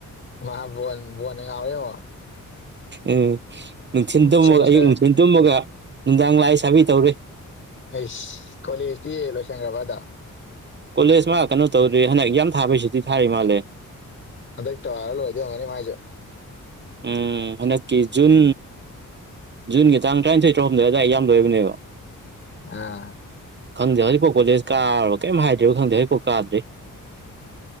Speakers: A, on the left; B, on the right.
A: ꯃꯍꯥ ꯕꯣꯟ ꯅꯥꯉ
B: ꯎꯝ ꯅꯨꯡꯊꯤꯜ ꯇꯨꯝꯃꯒ
A: ꯁꯦꯃꯤꯁꯇꯔ
B: ꯑꯌꯨꯛ ꯅꯨꯡꯊꯤꯜ ꯇꯨꯝꯃꯒ ꯅꯨꯡꯗꯥꯡ ꯂꯥꯏ ꯁꯥꯕꯤ ꯇꯧꯔꯤ
A: ꯑꯩꯁ ꯀꯣꯂꯦꯖꯇꯤ ꯂꯣꯏꯁꯪꯈ꯭ꯔꯕꯗ
B: ꯀꯣꯂꯦꯖ ꯃꯥ ꯀꯩꯅꯣ ꯇꯧꯗ꯭ꯔꯤ ꯍꯟꯗꯛ ꯌꯥꯝ ꯊꯥꯕꯩꯁꯨꯗꯤ ꯊꯥꯔꯤ ꯃꯥꯜꯂꯦ
A: ꯍꯟꯗꯩ ꯇꯔ ꯂꯣꯏꯗꯤꯧꯝꯒꯅꯤ ꯃꯥꯏꯁꯨ
B: ꯎꯝ ꯍꯗꯀꯤ ꯖꯨꯟ ꯖꯨꯟꯒꯤ ꯇꯥꯡ ꯇꯔꯥꯅꯤꯊꯣꯏ ꯇꯔꯛꯍꯨꯝꯗ ꯑꯗꯨꯗꯥꯋꯥꯏ ꯌꯥꯝ ꯂꯣꯏꯕꯅꯦꯕ
A: ꯑꯥ
B: ꯈꯪꯗꯦ ꯍꯧꯖꯤꯛꯐꯥꯎ ꯀꯣꯂꯦꯖ ꯀꯥꯔꯕ ꯀꯩꯝ ꯍꯥꯏꯗ꯭ꯦꯔꯤꯕ ꯈꯪꯗꯦ ꯍꯧꯖꯤꯛꯐꯥꯎ ꯀꯥꯗ꯭ꯔꯤ